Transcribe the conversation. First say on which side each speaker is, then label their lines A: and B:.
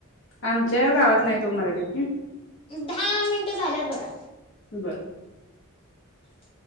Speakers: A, on the left (about 60°); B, on the left (about 25°).
A: आमच्या गावात नाही तो मराठी ठी
B: दहा मिनिट झालेत बघा.
A: बर
B: <inaudible>